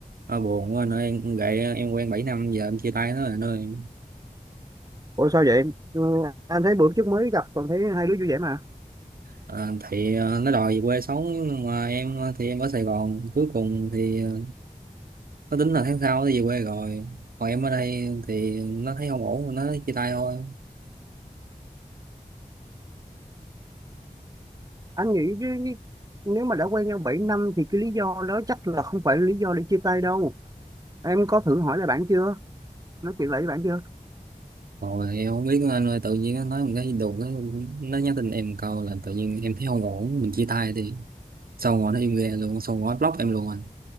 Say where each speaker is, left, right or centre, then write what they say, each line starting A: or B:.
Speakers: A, on the right (about 75°); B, on the right (about 25°).
A: Ờ, buồn quá anh ơi em gậy em quen 7 năm giờ em chia tay nó rồi anh ơi
B: Ủa sao vậy? Ừ, anh thấy bữa trước mới gặp còn thấy hai đứa vui vẻ mà.
A: Ờ, thì ờ, nó đòi về quê sống nhưng mà em ờ, thì em ở Sài Gòn cuối cùng thì ờ, nó tính là tháng sau nó về quê rồi còn em ở đây thì nó thấy không ổn nó chia tay thôi
B: Anh nghĩ chứ nếu mà đã quen nhau 7 năm thì cái lý do đó chắc là không phải là lý do để chia tay đâu. Em có thử hỏi lại bạn chưa? Nói chuyện lại với bạn chưa?
A: rồi em không biết nữa anh ơi tự nhiên nó nói một cái đùng nó nó nhắn tin em câu là tự nhiên em thấy không ổn mình chia tay thì xong rồi nó im re luôn xong rồi nó block em luôn anh